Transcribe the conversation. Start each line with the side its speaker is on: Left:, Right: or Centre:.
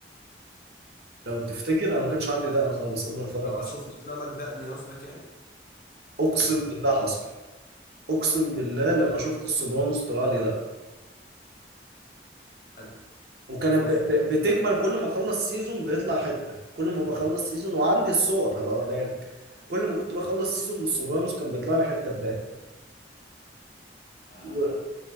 Right: لو تفتكر انا ما كانش عندي ده انا خالص قبل ما
Left: طب
Right: اتفرج
Left: لما
Right: على السوبرانوس
Left: شفته طلع لك دقني قصدك يعني
Right: اقسم
Left: امم
Right: بالله حصل اقسم بالله لما شفت السوبرانوس طلع لي ده
Left: حلو
Right: وكانت
Left: كويس
Right: ب... ب... بتكمل كل ما اخلص سيزون بيطلع حته كل ما بخلص سيزون وعندي الصور هبقى اوريها لك كل ما كنت بخلص سيزون من السوبرانوس كان بيطلع لي حته في دقن
Left: آه.
Right: و...